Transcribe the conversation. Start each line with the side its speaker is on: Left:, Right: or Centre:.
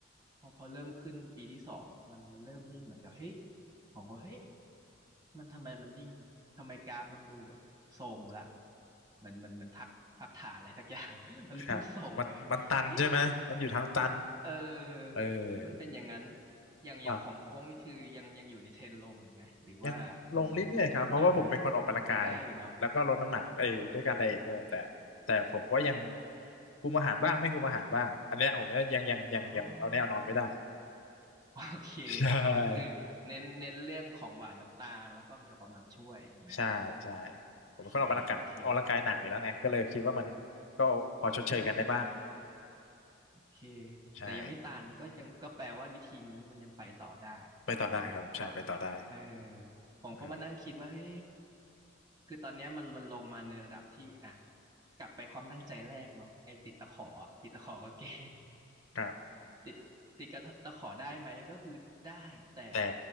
Right: พอพอเริ่มขึ้นปีที่สองมันมันเริ่มนิ่งเหมือนกับเฮ้ยผมก็เฮ้ยมันทำไมมันนิ่งทำไมกราฟมันดูแบบทรงละเหมันมันมันพักพักฐานอะไรสักอย่าง <laughs> มันเริ่มทรงเว้ยเอ๊ะ
Left: ครับมันมันตันใช่ไหมมันอยู่ทางตัน
Right: เออ
Left: เออ
Right: มันเป็นอย่างนั้นอย่างอย่างของโอ๊กนี่คือยังยังอยู่ในเทรนด์ลงอยู่ไหม
Left: ครับ
Right: หรือว่ามันมีจุดตันไหม
Left: ยังลงเรื่อยๆครับเพราะว่าผมเป็นคนออกกำลังกาย
Right: ยังได้อยู่เนาะ
Left: แล้วก็ลดน้ำหนักเอ้ยด้วยการไดเอทด้วยแต่แต่ผมก็ยัง
Right: อ๋อ
Left: คุมอาหารบ้างไม่คุมอาหารบ้างอันเนี้ยผมยังยังยังยังเอาแน่เอานอนไม่ได้
Right: อ๋อโอเค
Left: ใช่
Right: คือเน้นเน้นเรื่องของหวานน้ำตาลแล้วก็มีออกกำลังช่วยถูกไหม
Left: ใช่ใช่
Right: โอเคโอเค
Left: ผมเป็นคนออกกำลังกายออกกำลังกายหนักอยู่แล้วไงก็เลยคิดว่ามันก็พอชดเชยกันได้บ้าง
Right: เค
Left: ใช่
Right: แต่ยังไม่ตันก็ยังก็แปลว่าวิธีนี้มันยังไปต่อได้
Left: ไปต่อได้ครับผมใช่ไปต่อได้
Right: ถูกไหมว่าเออผมก็มานั่งคิดว่าเฮ้
Left: เออ
Right: คือตอนเนี้ยมันมันลงมาในระดับที่อ่ะกลับไปความตั้งใจแรกเนาะไอ้ติดตะขออะติดตะขอกางเกง
Left: ครับ
Right: ติดติดกระตะขอได้ไหมก็คือได้แต่
Left: แต่